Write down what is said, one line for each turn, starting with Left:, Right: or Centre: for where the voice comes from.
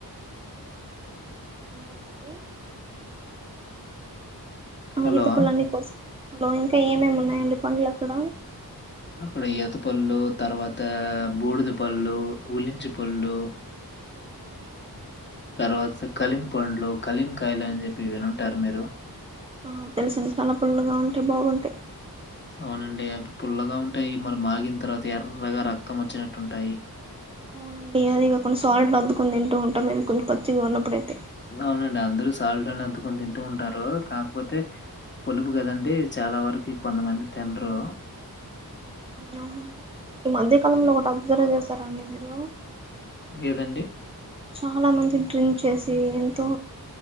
Right: అంతేనాండి అ
Left: హలో!
Right: ఇతప్పుల్లన్ని కోస్ హలో ఇంకా ఏమేమి ఉన్నాయండి పండ్లు అక్కడ
Left: అక్కడ ఈతపళ్ళు తర్వాత బూడిద పళ్ళు ఉలించి పళ్ళు
Right: ఉం
Left: తర్వా కలీం పండ్లు కలీం కాయలుని చెప్పి వినుంటారు మీరు
Right: ఆ తెలిసింది చాల పుల్లగా ఉంటాయి బాగుంటాయి
Left: అవునండి అవి పుల్లగా ఉంటాయి మరి మాగింత తర్వాత ఎర్రగా రక్తం వచ్చినట్టుంటాయి
Right: అవునండి అది కాకుండా సాల్ట్ అద్దుకుని తింటూ ఉంటాం మేము కొంచం పచ్చిగా ఉన్నప్పుడుయితే
Left: అవునండి అందరూ సాల్ట్ లోనే అత్తుకుని తింటూ ఉంటారు కాకపోతే పులుపు కదండి చాలా వరకు కొంతమంది తిన్రు
Right: అవునండి ఈ మధ్యకాలంలో ఒకటి అబ్జర్వ్ చేసారాండి మీరు
Left: లేదండి
Right: చాలా మంది డ్రింక్ చేసి ఎంతో